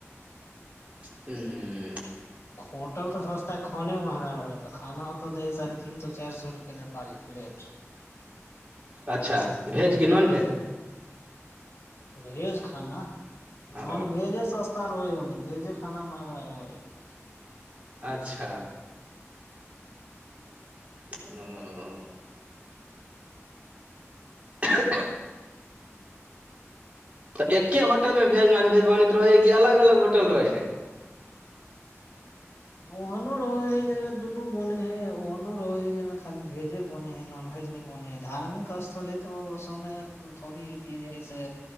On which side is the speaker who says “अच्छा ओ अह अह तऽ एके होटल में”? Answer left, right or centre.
Right